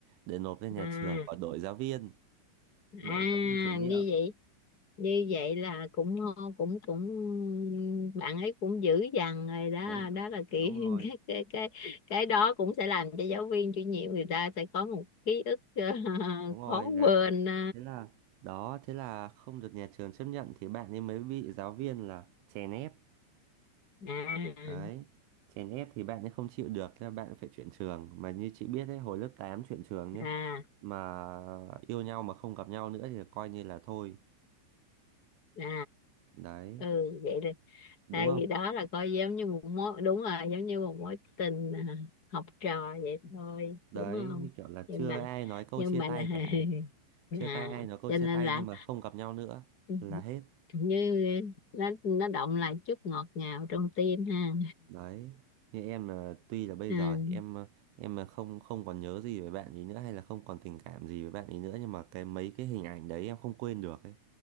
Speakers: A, on the right; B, on the left.
A: để nộp lên nhà
B: à,
A: trường và đổi giáo viên
B: à,
A: đổi giáo viên chủ nhiệm
B: như vậy, như vậy là cũng cũng cũng bạn ấy cũng dữ dằn rồi đó,
A: cũng
B: đó là kỹ
A: đúng rồi
B: <laughs> cái cái cái cái đó cũng sẽ làm cho giáo viên chủ nhiệm người ta sẽ có một ký ức <laughs>
A: đúng rồi
B: khó
A: làm
B: quên. ờ.
A: thế là đó thế là không được nhà trường chấp nhận thì bạn ấy mới bị giáo viên là chèn ép
B: À,
A: đấy chèn ép thì bạn ấy không chịu được thế là bạn phải chuyển trường mà như chị biết đấy hồi lớp 8 chuyển trường nhá
B: à,
A: mà yêu nhau mà không gặp nhau nữa thì coi như là thôi
B: à.
A: đấy
B: ừ vậy là
A: đúng
B: tại
A: không
B: vì đó là coi giống như một mối đúng rồi giống như một mối tình à, học trò vậy thôi
A: đấy
B: đúng không
A: như kiểu là
B: nhưng
A: chưa
B: mà
A: ai nói câu
B: nhưng
A: chia
B: mà
A: tay
B: là
A: cả
B: <laughs> à,
A: chưa tay ai nói câu
B: cho
A: chia
B: nên
A: tay
B: là
A: nhưng mà không gặp nhau nữa
B: <laughs>
A: là hết
B: như nó nó động lại chút ngọt ngào trong tim ha
A: đấy như em là tuy là bây
B: Ừ.
A: giờ thì em ờ, em là không không còn nhớ gì về bạn ấy nữa hay là không còn tình cảm gì với bạn ấy nữa nhưng mà cái mấy cái hình ảnh đấy em không quên được ấy